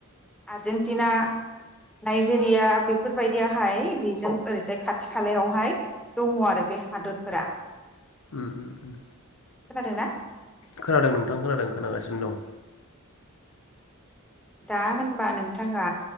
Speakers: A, in the centre; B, on the left.
A: आर्जेनटिना नायजेरिया बेफोर बायदियाहाय बेजों ओरैजाय खाथि खालायावहाय दङ आरो बे हादरफोरा।
B: उम उम।
A: खोंनादोंना।
B: खोनादों नोंथां खोनादों खोनागासिनो दं।
A: दा होनबा नोंथाङा